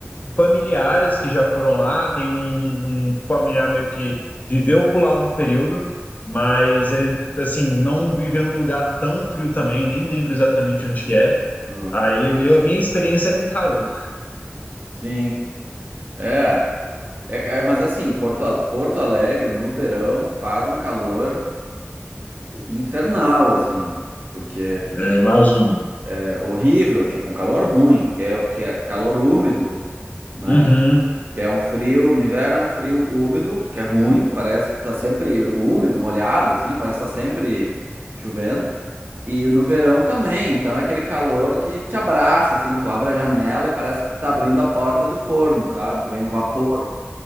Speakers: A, on the left (about 35°); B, on the right (about 45°).
A: familiares que já foram lá, tem um, um familiar meu que viveu por lá um período, mas ele, assim, não viveu num lugar tão frio também, nem lembro exatamente onde que é.
B: ah,
A: Aí, meu, minha experiência é com calor.
B: sim, é, é, é, Mas assim, Porto, Al- Porto Alegre no verão faz um calor infernal, assim, porque
A: É, imagino.
B: é horrível, tipo um calor ruim, que é, que é calor úmido, né?
A: Uhum.
B: Que é um frio, no inverno é um frio úmido, que é ruim, parece que tá sempre úmido, molhado, assim, parece que tá sempre chovendo. E no verão também, então é aquele calor que te abraça, assim, tu abre a janela e parece que tu tá abrindo a porta do forno, sabe? Vem um vapor.